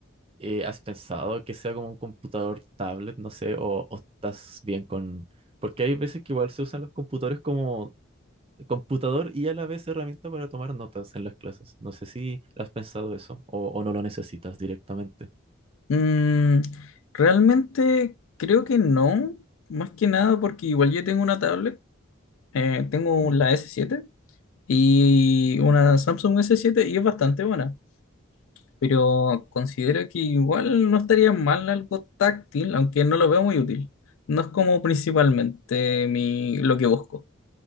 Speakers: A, on the right; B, on the left.
A: eh, ¿has pensado que sea como un computador tablet, no sé, o, o estás bien con... Porque hay veces que igual se usan los computadores como computador y a la vez herramienta para tomar notas en las clases. No sé si has pensado eso o, o no lo necesitas directamente.
B: Mm, realmente creo que no, más que nada porque igual yo tengo una tablet, eh, tengo
A: Mm,
B: la s siete y una Samsung s siete y es bastante buena, pero considero que igual no estaría mal algo táctil, aunque no lo veo muy útil. No es como principalmente mi, lo que busco.